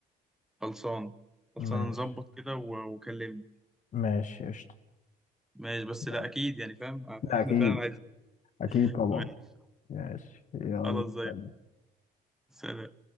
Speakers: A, in the centre; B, on the left (about 50°).
A: خلصان خلصان
B: ماشي
A: نظبط كده و- وكلمني
B: ماشي قشطة
A: ماشي بس
B: يلا.
A: لا اكيد يعني فاهم <laughs> احنا
B: لا أكيد
A: فعلا عايزين
B: أكيد طبعا
A: ماشي
B: ماشي يلا
A: خلاص زي الفل. سلام